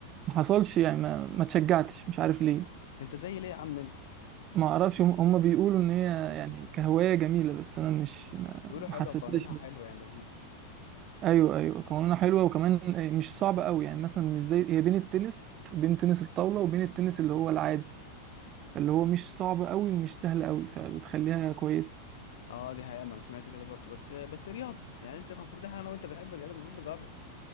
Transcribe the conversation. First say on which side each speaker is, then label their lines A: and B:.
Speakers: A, on the right; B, on the left.
A: ما حصلش يعني ما ما اتشجعتش مش عارف ليه
B: انت زي ليه يا عم انت
A: ما اعرفش هم هم بيقولوا ان هي يعني كهوايه جميله بس انا مش ما
B: بيقولوا حلوه
A: ما حسيتهاش
B: قوانينها حلوه يعني لذيذ
A: ايوه ايوه قوانينها حلوه وكمان مش صعبه قوي يعني مثلا مش زي هي بين التنس بين تنس الطاوله وبين التنس اللي هو العادي اللي هو مش صعب قوي ومش سهل قوي فبتخليها كويسه
B: اه دي حقيقه ما انا سمعت كده برضه بس بس رياضه يعني انت المفروض احنا انا وانت بنحب الرياضه المفروض نجرب